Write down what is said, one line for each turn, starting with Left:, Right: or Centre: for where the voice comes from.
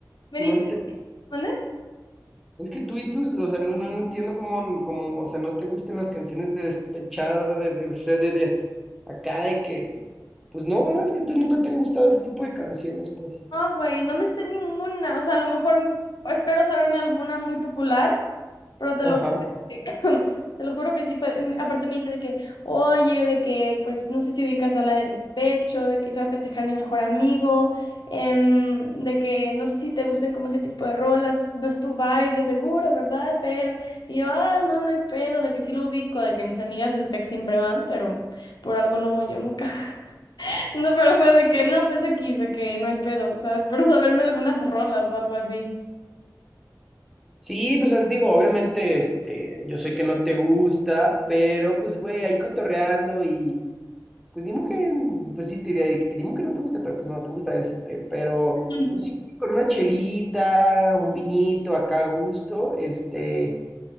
Left: Me
Centre: No
Left: dice,
Centre: te,
Left: ¿mande?
Centre: es que tú y tus, o sea, no, no, no entiendo cómo, cómo, o sea, no te gustan las canciones de despechada, de, de, de, de- de- acá, de que, pues no, ¿verdad? Es que tú nunca te han gustado ese tipo de canciones, pues.
Left: No, güey, no me sé ninguna. O sea, a lo mejor m- espero saberme alguna muy popular, pero te
Centre: Ajá.
Left: lo juro que, <laughs> <clears throat> te lo juro que sí fue. mm, Aparte me dice de que, oye, de que, pues, no sé si ubicas a la de despecho, de que se va a festejar mi mejor amigo, em, de que no sé si te gusten como ese tipo de rolas, no es tu vibe de seguro, ¿verdad? Pero, y yo, ah, no, no hay pedo, de que sí lo ubico, de que mis amigas del tech siempre van, pero por algo no voy yo nunca. No, pero fue de que no, pues X, de que no hay pedo, o sea, espero saberme algunas rolas o algo así.
Centre: Sí, pues os digo, obviamente, este, yo sé que no te gusta, pero pues güey, ahí cotorreando y pues dimo que, pues sí, te diría de que dimo que no te gusta, pero pues no te gusta este, pero
Left: Ujú.
Centre: pues sí, con una chelita, un vinito acá a gusto, este,